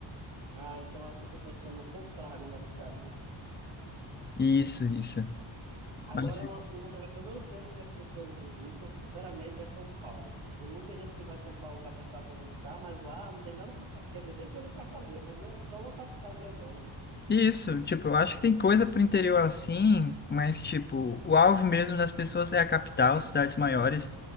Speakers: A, on the right; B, on the left.
A: Ah, então acho que eu tô pensando no contrário, na verdade, né?
B: Isso, isso.
A: Agora,
B: Mas
A: uma- um lugar que eu não entendo que as pessoas visitam, sinceramente, é São Paulo. Tem muita gente que vai a São Paulo, capital, para visitar, mas lá não tem nada para fazer. Quer dizer, tem coisa para fazer, mas é só uma capital grandona, né?
B: isso, tipo, eu acho que tem coisa pro interior assim, mas tipo, o alvo mesmo das pessoas é a capital, cidades maiores,